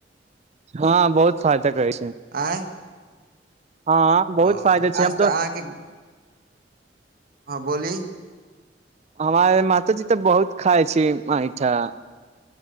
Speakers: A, on the right; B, on the right.
A: हँ बहुत फायदा करै छै
B: आँय
A: हँ बहुत
B: आज
A: फायदे छै हम तऽ
B: अहाँके हँ बोली
A: <unintelligible>